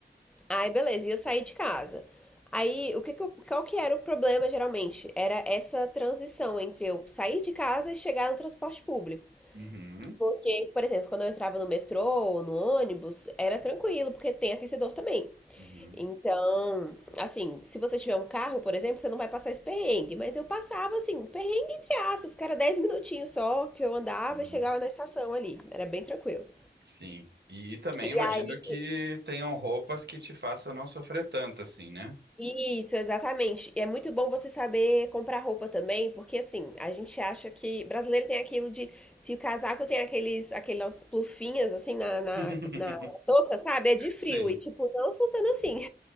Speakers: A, in the centre; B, on the right (about 65°).
A: Aí, beleza, ia sair de casa. Aí, o que que eu- qual que era o problema, geralmente? Era essa transição entre eu sair de casa e chegar no transporte público.
B: Uhum,
A: Porque, por exemplo, quando eu entrava no metrô ou no ônibus, era tranquilo, porque tem aquecedor também.
B: uhum,
A: Então, assim, se você tiver um carro, por exemplo, você não vai passar esse perrengue. Mas eu passava, assim, perrengue entre aspas, que era 10 minutinhos só que eu andava
B: uhum.
A: e chegava na estação ali. Era bem tranquilo.
B: Sim. E também
A: E
B: imagino
A: aí,
B: que tenham roupas que te façam não sofrer tanto assim, né?
A: isso, exatamente. E é muito bom você saber comprar roupa também, porque assim, a gente acha que brasileiro tem aquilo de se o casaco tem aqueles, aquelas plufinhas assim na, na,
B: <laughs>
A: na touca, sabe? É de frio.
B: Sim,
A: E tipo, não funciona assim.